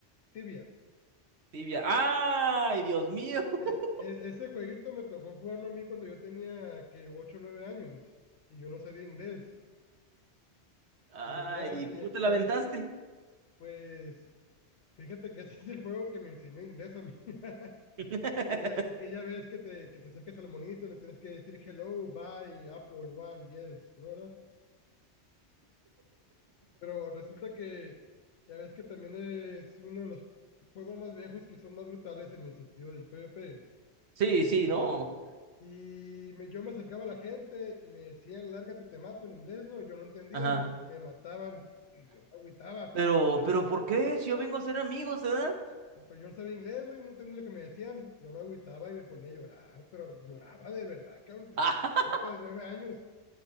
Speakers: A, on the left; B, on the right.
A: Tibia.
B: Tibia. ¡Ay, Dios mío! <laughs>
A: E- e- ese jueguito me tocó jugarlo a mí cuando yo tenía que 8 o 9 años y yo no sabía inglés.
B: ¡Ay,
A: Y había, y,
B: cómo te la
A: ya
B: aventaste!
A: ves, pues fíjate que <laughs> ese es el juego que me enseñó inglés a mí. <laughs>
B: <laughs>
A: Que ya, que ya ves que te, que te acerques al monito, le tienes que decir hello, bye, Apple, one, yes, ¿no, verdad? Pero resulta que ya ves que también es uno de los juegos más viejos que son más brutales en el sentido del PvP.
B: Sí, sí, no.
A: Y me- yo me acercaba a la gente y me decían, lárgate, te mato en inglés, ¿no? Y Yo no entendía,
B: Ajá.
A: me mataban y yo me agüitaba.
B: Pero,
A: Ah,
B: pero, ¿por qué? Si yo vengo a ser amigos, ¿verdad? <laughs>
A: no, pero yo no sabía inglés, güey, no entendía lo que me decían. Yo me agüitaba y me ponía a llorar, pero lloraba de verdad, cabrón, te-
B: Ah,
A: ahorita de nueve años.